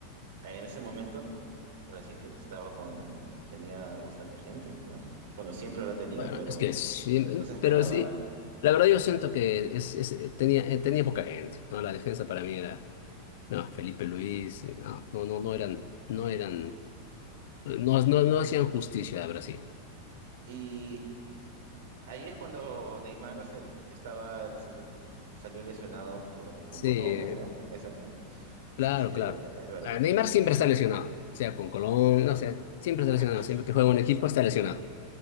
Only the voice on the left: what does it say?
Bueno,
es que sí,
pero sí, la verdad yo siento que es, es- tenía, eh, tenía poca gente, ¿no? La defensa para mí era, no, Felipe Luis, eh, no, no, no, no eran, no eran, no, no, no hacían justicia a Brasil.
Sí,
Claro,
claro.
Ah,
Neymar
siempre está lesionado, sea con Colón, no sé, siempre está lesionado,
siempre que juega un equipo está lesionado.